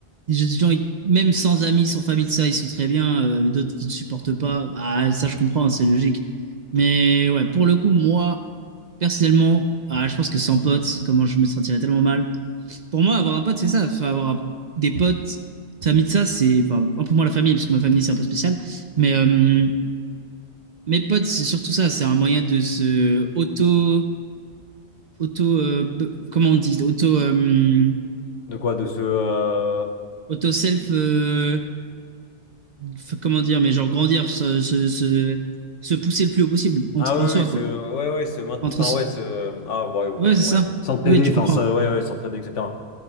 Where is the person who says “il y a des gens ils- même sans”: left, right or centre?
Right